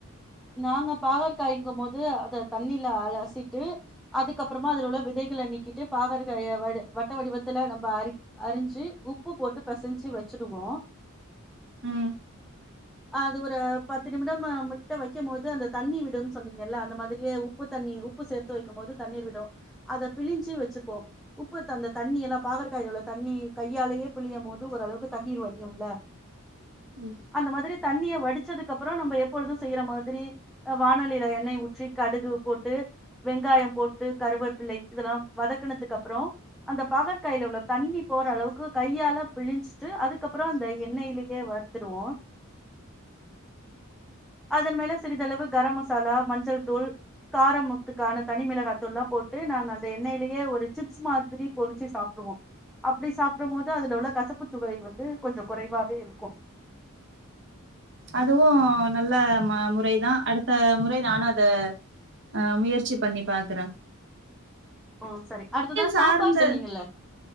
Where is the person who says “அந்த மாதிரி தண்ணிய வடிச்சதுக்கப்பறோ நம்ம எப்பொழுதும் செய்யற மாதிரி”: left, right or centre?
Centre